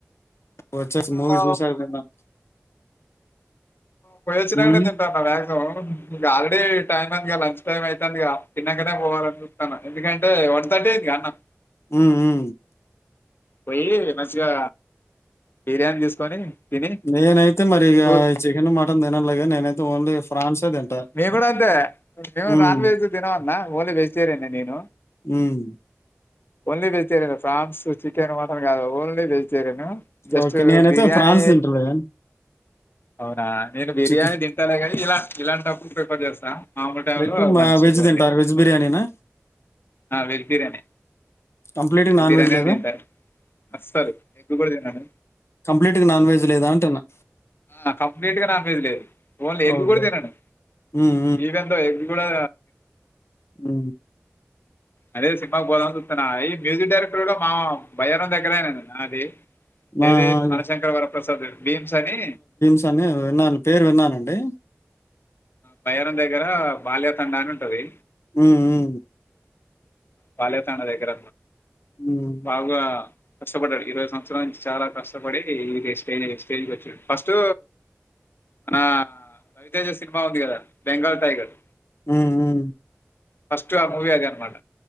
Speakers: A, on the left; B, on the left.
A: వచ్చస్ మూవీ
B: ఆ,
A: చూసాకా తిందాం
B: పోయి వచ్చినాకే
A: హ్మ్.
B: తింటాను అన్న మాక్సిమం ఇకు ఆల్రెడీ టైం అందిగా లంచ్ టైం అయితదిగా తిన్నకనే పోవాలని చప్తన్నాను ఎందుకంటే వన్ థర్టీ అది అన్న
A: ఉ ఉ
B: పోయి మంచిగా బిర్యానీ తీసుకొని తిని
A: నేనైతే మరిగా
B: చూ-
A: చికెన్ మటన్ తినను లే నేనైతే ఓన్లీ ఫ్రాన్సే తింటా.
B: నేను కూడా అంతే నవు
A: హ్మ్.
B: నాన్ వెజ్ దినో అన్న ఓన్లీ వెజిటేరియన్ నేను
A: హ్మ్.
B: Only vegetarian fans chicken mutton కాదు ఓన్లీ వెజిటేరియన్ జస్ట్
A: ఓకే. నేనైతే
B: బిర్యానీ
A: ఫ్రాన్స్ తింటలే.
B: అవునా నేను బిర్యానీ
A: చికెన్
B: తింటాలే కానీ ఇలా ఇలాంటి టప్పు ప్రిపేర్ చేస్తా మామ లు టైంలో
A: ఎక్కువ మా
B: మంచి
A: వెజ్
B: పోంది
A: తింటారు. వెజ్ బిర్యానీనా?
B: ఆ వెజ్ బిర్యానీ
A: కంప్లీట్‌గా నాన్
B: బిర్యానీ
A: వెజ్ లేదా?
B: తింటా అసలు ఎగ్ కూడా తినను
A: కంప్లీట్గా నాన్ వెజ్ లేదా అంటన్నా
B: ఆ కంప్లీట్ గా నాన్ వెజ్ లేదు ఓన్లీ ఎగ్
A: ఓకే.
B: కూడా తినను
A: హ్మ్.
B: ఈవెందో ఎగ్ కూడా
A: ఉ
B: అనేది సినిమాకు బోధామని చూస్తున్నా ఈ మ్యూజిక్ డైరెక్టర్ కూడా మా బయ్యారంం దగ్గరన నాది
A: ఆ! ఆ!
B: ఏది మనశంకర్ వరప్రసాద్ భీమ్స్ అని
A: ని విన్నాను పేరు విన్నానండి
B: బయారంం దగ్గర బాల్య తం అని ఉంటది
A: ఉ ఉ
B: పాాల్యా తణ దగ్గర
A: హ్మ్.
B: లావుగ కష్టపడ్డాడు ఇరవై సంవత్సరాల నుంచి చాలా కష్టపడి స్టేజ స్టేజ్కి వచ్చాడు ఫస్ట్ మన రవితేాజ సినిమా ఉంది కదా బెంగాల్ టైగర్
A: ఉ ఉ
B: ఫస్ట్ ఆ మూవీ అది అనమాట